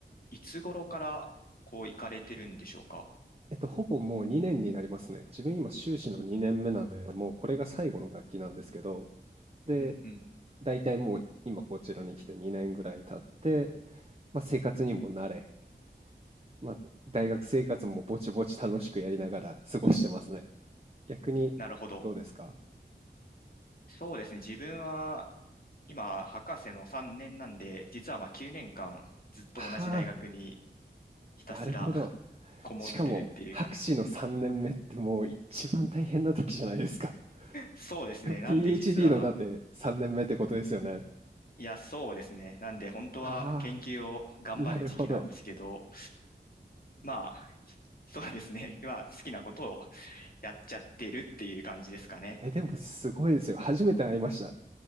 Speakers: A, on the left; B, on the right.
A: いつ頃からこう行かれてるんでしょうか。
B: えっと、ほぼもう2年になりますね。自分今修士の2年目なので、もうこれが最後の学期なんですけど、で、
A: うんうん。
B: 大体もう今こちらに来て2年ぐらい経って、まあ、生活にも慣れ、まあ、大学生活もぼちぼち楽しくやりながら過ごしてますね。逆にどうですか
A: なるほど。そうですね。自分は今、博士の3年なんで、実はまあ9年間ずっと同じ大学に
B: ああ、
A: ひたすら
B: なるほど。
A: <laughs> こもってるっていう感じ。
B: しかも、博士の3年目ってもう一番大変な時じゃないですか。
A: そうですね。
B: <laughs> PhD
A: なんで実は、
B: のだって3年目ってことですよね。
A: いや、そうですね。なんで本当は研究を頑張る時期なんですけど、
B: ああ、なるほど。
A: まあ、そうですね。<laughs> まあ、好きなことをやっちゃってるっていう感じですかね。
B: え、でもすごいですよ。初めて会いました。